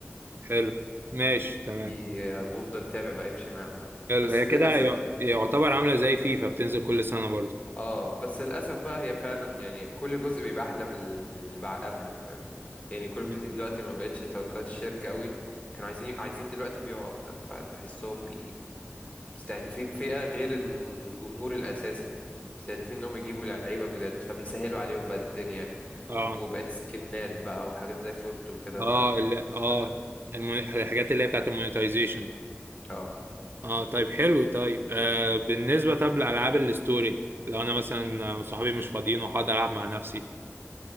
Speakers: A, on the right; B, on the left.
A: حلو ماشي تمام
B: دي آه، وافضل تابع بقى امشي معاهم بقى
A: حلو
B: بس
A: هي
B: للأسف
A: كده يع- يعتبر عاملة زي فيفا بتنزل كل سنة برضو
B: اه بس للاسف بقى هي فعلا يعني كل جزء بيبقى احلى من اللي بع- قبله فاهم يعني كول
A: مم.
B: اوف ديوتي دلوقتي ما بقتش توجهات الشركه قوي كانوا عايزين عايزين دلوقتي يبيعوا اكتر فتحسهم بي مستهدفين فئه غير الجمهور الاساسي مستهدفين انهم يجيبوا لعيبه جداد فبيسهلوا عليهم بقى الدنيا
A: اه
B: وبقت سكنات بقى وحاجات زي فورت وكده
A: اه
B: ف
A: لا
B: للأسف.
A: اه الم... الحاجات اللي هي بتاعت المونيتايزيشن
B: اه
A: اه طيب حلو طيب آه بالنسبة طب لألعاب الستوري لو أنا مثلا صحابي مش فاضيين وهقعد ألعب مع نفسي